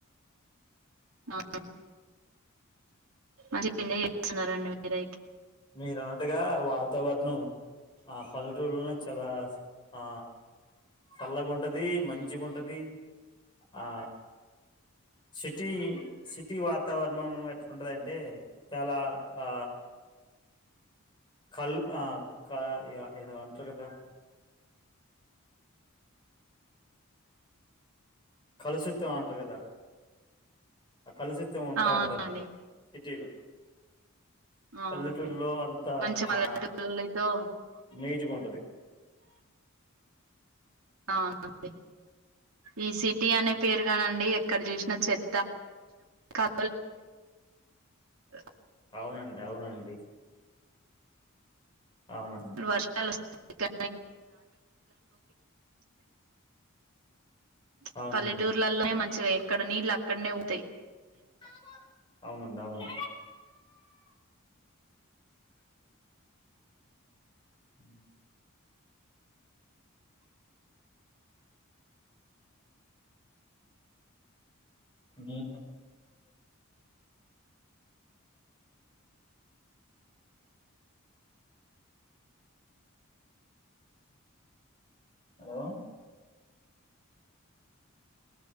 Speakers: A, on the right (about 85°); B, on the left (about 25°).
A: అ మంచిగెంజాయ్ చేస్తున్నారండి మీరైతే
B: మీరు అన్నట్టుగా వాతావరణం ఆ పల్లెటూని చాలా ఆ చల్లగా ఉంటది మంచిగా ఉంటది ఆ సిటీ సిటీ వాచ్ వాతావరణం ఎట్లాంటదంటే చాలా ఆ కల్ ఆ ఏ ఏదో అంటారు కదా కలుసిత్ అంటారు కదా కలుషిత్వం ఉంటా
A: అవునండి
B: ఉంటదమ్మా సిటీలో
A: అవును.
B: పల్లెటూరులో అంతా
A: మంచి పల్లెటూరితో
B: ఆ నీటుగా ఉంటది
A: అవునండి ఈ సిటీ అనే పేరుగానండి ఎక్కడ చూసిన చెర్ క్క <unintelligible>
B: అవునండి అవునండి అవునండి
A: వర్షలు ఇగా <inaudible>
B: అవునండి
A: పల్లెటూర్లలోనే మంచిగా అక్కడ నీళ్ళు అక్కడనే అవుతాయి
B: అ అవునండి అవును హ మీ hello